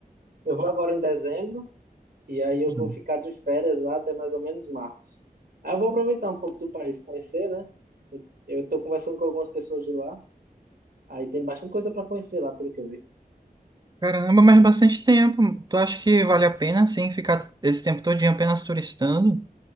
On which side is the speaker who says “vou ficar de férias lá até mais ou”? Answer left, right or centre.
Right